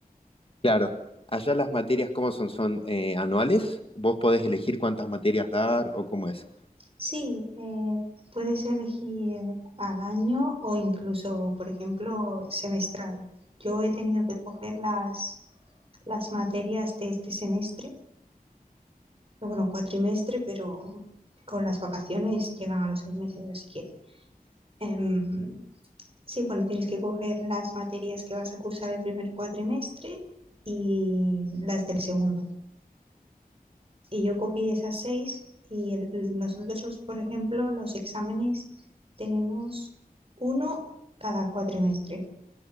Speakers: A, on the left (about 35°); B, on the right (about 40°).
A: claro, allá las materias, ¿cómo son? ¿Son eh, anuales? ¿Vos podés elegir cuántas materias dar o cómo es?
B: Sí, eh, puedes elegir al año o incluso, por ejemplo, semestral. Yo he tenido que coger las, las materias de este semestre, bueno, cuatrimestre, pero con las vacaciones llegan a los seis meses, así que em, sí, bueno, tienes que coger las materias que vas a cursar el primer cuatrimestre y las del segundo. Y yo cogí esas seis y el- nosotros, por ejemplo, los exámenes tenemos uno cada cuatrimestre